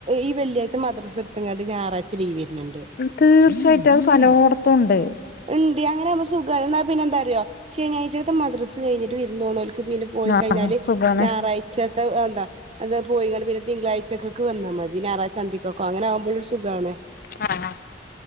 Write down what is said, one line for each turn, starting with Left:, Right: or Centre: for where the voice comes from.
Right: ഈ വെള്ളിയാഴ്ച മദ്രസ് എടുത്തുംങ്ങണ്ട് ഞായറാഴ്ച ലീവ് വരുന്നുണ്ട്.
Left: തീർച്ചയായിട്ടും അത് പലോടത്തും ഒണ്ട്.
Right: ഉണ്ട് അങ്ങനാകുമ്പ സുഖാണ് ന്നാല് പിന്നെന്താറിയോ ശനിയാഴ്ചയകത്ത് മദ്രസ് കഴിഞ്ഞിട്ട് വിരുന്ന് പോണൂല്ലോ ക്ക്‌ പിന്നെ പോയി
Left: ആഹ്
Right: കഴിഞ്ഞാല്
Left: സുഖാണ്
Right: ഞായറാഴ്ചത്തെ എന്താ അത് പോയിങ്കണ്ട് പിന്നെ തിങ്കളാഴ്ചക്കക്കെ വന്നാ മതി. പിന്നെ ഞാറാഴ്ച്ചന്തിക്കൊക്കെ അങ്ങനാകുമ്പോഴൊരു സുഖാണേ.
Left: ആ